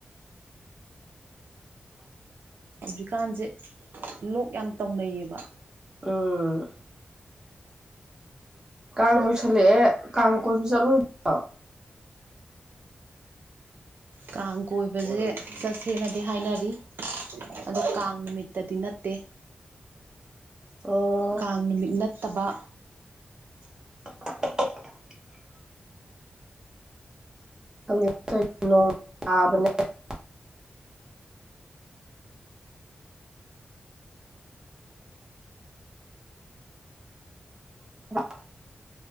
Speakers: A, on the right; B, on the right.
A: ꯍꯧꯖꯤꯛꯀꯥꯟꯖꯦ ꯂꯣꯛ ꯌꯥꯝ ꯇꯧꯅꯩꯌꯦꯕ
B: ꯎꯝ ꯀꯥꯡ ꯂꯣꯏꯁꯜꯂꯛꯑꯦ ꯀꯥꯡ ꯀꯣꯏꯕ ꯆꯠꯂꯣꯏ <inaudible> ꯔꯣ
A: ꯀꯥꯡ ꯀꯣꯏꯕꯖꯦ ꯆꯠꯁꯦꯅꯗꯤ ꯍꯥꯏꯅꯔꯤ ꯑꯗꯣ ꯀꯥꯡ ꯅꯨꯃꯤꯠꯇꯗꯤ ꯅꯠꯇꯦ
B: ꯑꯣ
A: ꯀꯥꯡ ꯅꯨꯃꯤꯠ ꯅꯠꯇꯕ
B: <unintelligible> <unintelligible> <unintelligible>